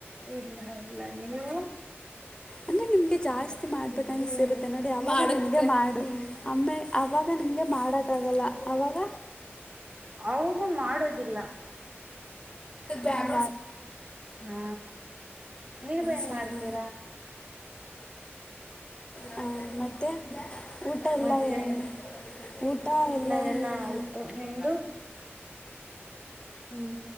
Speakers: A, on the right; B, on the left.
A: ಇಲ್ಲ ಇಲ್ಲ ನೀವು
B: ಅಂದ್ರೆ ನಿಮ್ಗೆ ಜಾಸ್ತಿ ಮಾಡ್ಬೇಕನ್ಸರುತ್ತೆ ನೋಡಿ ಅವಾಗ ನಿಮ್ಗೆ ಮಾಡು ಆಮ್ಮೆ ಅವಾಗ ನಿಮ್ಗೆ ಮಾಡಕ ಆಗಲ್ಲ ಅವಾಗ
A: ಅವುದು ಮಾಡೋದಿಲ್ಲ
B: ಬ ಹ
A: ಹಾ ನೀವೇನ್
B: ಸರಿ
A: ಮಾಡ್ತೀರಾ
B: ಹ ಮತ್ತು ಊಟ ಎಲ್ಲ
A: ಮತ್ತೆ
B: ಏನು ಊಟ ಎಲ್ಲನು
A: ಎಲ್ಲಾ ಆಯ್ತು ನಿಮ್ದು ಹ್ಮ್